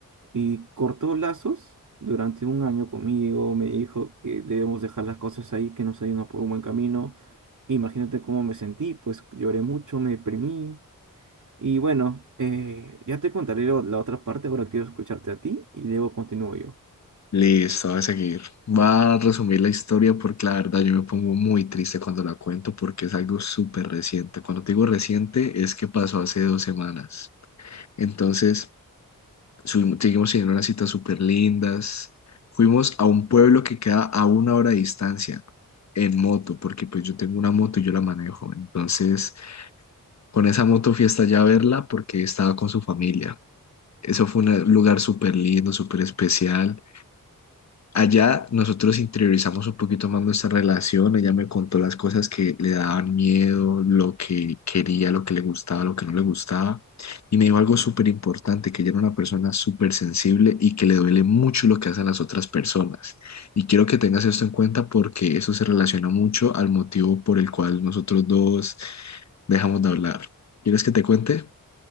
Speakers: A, on the right; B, on the left.
A: y cortó lazos durante un año conmigo, me dijo que debemos dejar las cosas ahí, que nos ayudan por un buen camino. Imagínate cómo me sentí, pues lloré mucho, me deprimí. Y bueno, eh, ya te contaré lo- la otra parte, ahora quiero escucharte a ti y luego continúo yo.
B: Listo, voy a seguir. Va a resumir la historia porque la verdad yo me pongo muy triste cuando la cuento porque es algo súper reciente. Cuando te digo reciente es que pasó hace dos semanas. Entonces, subimos- seguimos teniendo unas citas súper lindas. Fuimos a un pueblo que queda a una hora de distancia en moto porque pues yo tengo una moto y yo la manejo. Entonces, con esa moto fui hasta allá a verla porque estaba con su familia. Eso fue un lugar súper lindo, súper especial. Allá nosotros interiorizamos un poquito más nuestra relación, ella me contó las cosas que le daban miedo, lo que quería, lo que le gustaba, lo que no le gustaba, y me dijo algo súper importante, que ella era una persona súper sensible y que le duele mucho lo que hacen las otras personas. Y quiero que tengas esto en cuenta porque eso se relaciona mucho al motivo por el cual nosotros dos dejamos de hablar. ¿Quieres que te cuente?